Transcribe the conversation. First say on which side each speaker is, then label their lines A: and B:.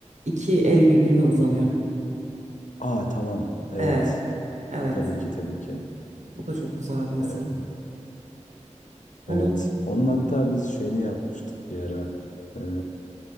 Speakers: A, on the right; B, on the left.
A: iki el birbirine uzanıyor.
B: Aa tamam. Evet.
A: Evet evet
B: Tabii ki tabii ki.
A: o da çok güzel bir eser.
B: Ee,
A: Onun
B: evet. Onun hatta biz şeyini yapmıştık bir ara. Ee,